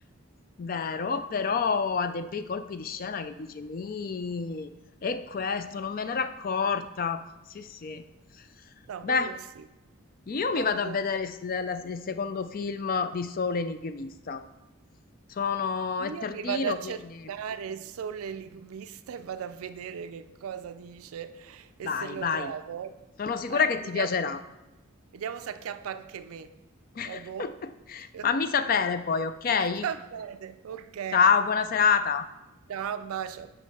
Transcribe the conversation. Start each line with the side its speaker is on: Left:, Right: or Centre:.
Left: Vero, però ha dei bei colpi di scena che dici, mi, è questo, non me n'era accorta. Sì, sì.
Right: No,
Left: Beh,
Right: quello sì.
Left: io
Right: Ma
Left: mi vado
Right: boh.
Left: a vedere il, la- il secondo film di Sole Enigmista. Sono,
Right: Io
Left: è tardino,
Right: mi vado a
Left: quindi
Right: cercare il sole enigmista e vado a vedere che cosa dice e
Left: vai,
Right: se lo
Left: vai.
Right: trovo.
Left: Sono sicura
Right: Eh,
Left: che ti
Right: vediamo,
Left: piacerà.
Right: vediamo se acchiappa anche me.
Left: <laughs>
Right: Vabbè. <laughs>
Left: Fammi sapere poi, ok?
Right: Va bene, ok.
Left: Ciao, buona serata.
Right: Ciao, un bacio.